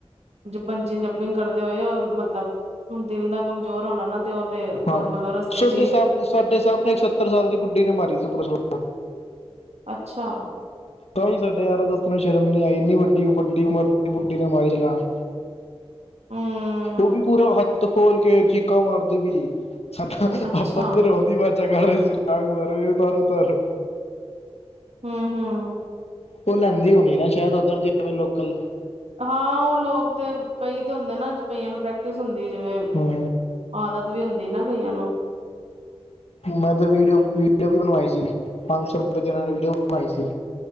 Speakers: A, on the right; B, on the left.
A: ਬੰਜਿੰਗ ਜਬਿੰਗ ਕਰਦੇ ਹੋਏ, ਉਹ ਮਤਲਬ ਹੁਣ ਦਿਲ ਦਾ ਕਮਜ਼ੋਰ ਹੋਣਾ ਨਾ ਤੇ ਓਦੇ
B: ਹਾਂ
A: ਓਨ ਮਤਲਬ ਰਸਤੇ
B: ਸਾਡੇ
A: ਚ ਹੀ
B: ਸਾਹਮਣੇ ਸਾਡੇ ਸਾਹਮਣੇ ਏਕ ਸੱਤਰ ਸਾਲ ਦੀ ਬੁੱਢੀ ਨੇ ਮਾਰੀ ਸੀ ਉਪਰੋਂ ਛਲਾਂਗ।
A: ਅੱਛਾ।
B: ਤਾਂ ਸਾਡੇ ਯਾਰਾਂ ਦੋਸਤਾਂ ਨੂੰ ਸ਼ਰਮ ਨੀ ਆਈ ਇੰਨੀ ਵੱਡੀ-ਵੱਡੀ ਉਮਰ ਦੀ ਬੁੱਢੀ ਨੇ ਮਾਰੀ ਛਲਾਗਂ।
A: ਹਮ
B: ਓਵੀ ਪੂਰਾ ਹੱਥ ਖੋਲ ਕੇ ਚੀਕਾਂ ਮਾਰਦੀ ਪਈ। ਸਾਡਾ
A: ਅੱਛਾ
B: ਆਪਾਂ ਬਦੀ ਬਾਚਾ ਕਾਲ ਚ ਲਗ ਮਾਰੇ ਓਤਾਰੋ-ਓਤਾਰੋ।
A: ਹੂੰ-ਹੂੰ।
B: ਉਹ ਲੈਂਦੀ ਹੋਣੀ ਨਾ ਸ਼ਾਇਦ ਉੱਧਰ ਦੀ ਹੋਵੇ ਲੋਕਲ
A: ਹਾਂ, ਉਹ ਲੋਕ ਤੇ ਕਈ ਤੇ ਹੁੰਦੇ ਨਾ ਕਈਆਂ ਨੂੰ ਪ੍ਰੈਕਟਿਸ ਹੁੰਦੀ ਜਿਵੇਂ
B: ਹੂੰ
A: ਆਦਤ ਵੀ ਹੁੰਦੀ ਨਾ ਕਈਆਂ ਨੂੰ।
B: ਮੈਂ ਤਾਂ ਵੀਡੀਓ-ਵੀਡੀਓ ਵੀ ਬਣਵਾਈ ਸੀ। ਪੰਜ ਸੌ ਰੁਪਏ ਦੀ ਉਹਨਾਂ ਨੇ ਵੀਡੀਓ ਬਣਵਾਈ ਸੀ।